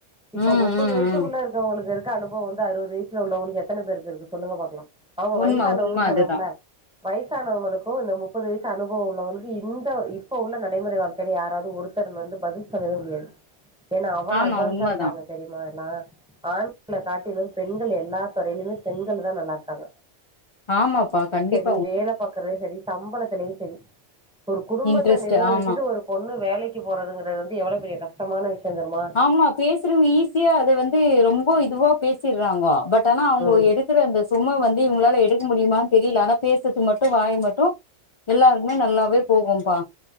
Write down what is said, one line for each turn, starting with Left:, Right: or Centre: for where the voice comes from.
Centre: இப்ப
Left: ம்
Centre: முப்பது
Left: ம்
Centre: வயசுக்குள்ள
Left: ம்
Centre: இருக்கவங்களுக்கு இருக்க அனுபவோ வந்து அறுவது வயசு கீழ உள்ளவங்களுக்கு எத்தன பேருக்கு இருக்கு சொல்லுங்க பாக்கலா அவ்ங்க
Left: உண்ம
Centre: வயசானவங்கனு
Left: உண்ம
Centre: சொல்றோமுல
Left: அதுதா
Centre: வயசானவங்களுக்கு இந்த முப்பது வயசு அனுபவ உள்ளவங்களுக்கு இந்த இப்ப உள்ள நடைமுறை வாழ்க்கைல யாராவது ஒரு தர் வந்து பதில் சொல்லவே முடியாது ஏன்னா அவ்வள
Left: ஆமா
Centre: அட்வான்ஸா
Left: உண்மதா
Centre: இருக்காங்க தெரியுமா எல்லா ஆண்கள காட்டிலு பெண்கள் எல்லா துறைய்லயுமே பெண்கள் தா நல்லாருக்காங்க
Left: ஆமாப்பா கண்டிப்
Centre: நீ வேல பாக்குறதுலயு சரி சம்பளத்திலயு சரி ஒரு குடும்பத்த
Left: இன்ட்ரெஸ்ட்
Centre: நிர்வகிச்சுட்டு
Left: ஆமா
Centre: ஒரு பொண்ணு வேலைக்கு போறதுங்கிறது வந்து எவ்வளவு பெரிய கஷ்டமான விஷயோ தெர்மா
Left: ஆமா பேசுறவங்க ஈஸியா அத வந்து ரொம்ப இதுவா பேசிற்றாங்கோ பட் ஆனா அவ்ங்க
Centre: ம்
Left: எடுத் குற அந்த சும வந்து இவ்ங்களால எடுக்க முடியுமானு தெரில ஆனா பேசுறதுக்கு மட்டு வாய் மட்டு எல்லாருக்குமே நல்லாவே போகும்பா